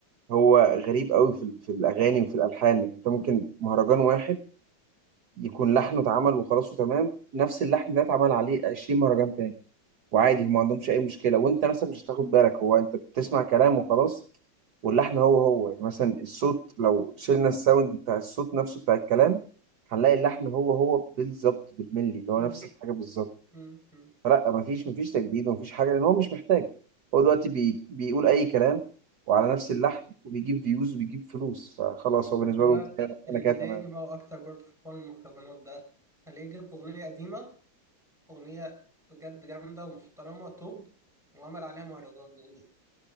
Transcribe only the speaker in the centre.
مم.
مم. مم.
والله
لا
اللي
بيضايقني
بقى اكتر برضه في حوار المهرجانات ده الاقيه جاب اغنيه قديمه اغنيه بجد جامده ومحترمه توب وعمل عليها مهرجان يعني